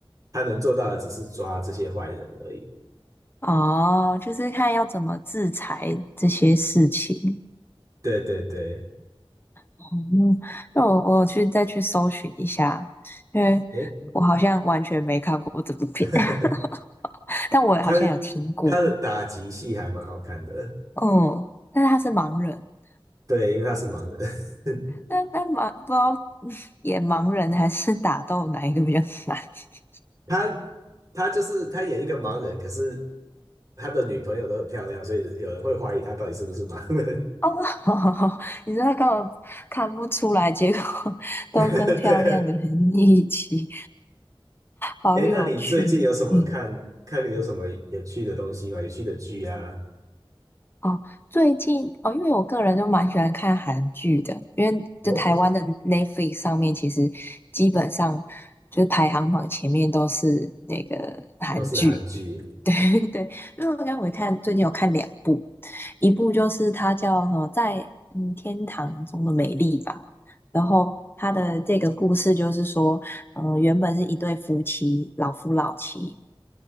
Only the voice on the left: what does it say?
哦，就是看要怎么制裁这些事情。
哦，那我我去再去搜寻一下，因为
我好像完全没看过这部片，
<laughs> 但我好像有听过。
哦，但是他是盲人，
那那盲不知道 <laughs> 演盲人还是打斗哪一个比较难？<laughs>
哦，<laughs> 你道道根本看不出来，结果 <laughs>
都跟漂亮的人一起，
好有趣。
嗯
哦，最近哦，因为我个人就蛮喜欢看韩剧的，因为在台湾的
Netflix 上面，其实基本上就是排行榜前面都是那个韩剧。
<laughs> 对对，因为我刚我看最近有看两部，一部就是它叫什么在嗯天堂中的美丽吧，然后它的这个故事就是说，嗯、原本是一对夫妻，老夫老妻。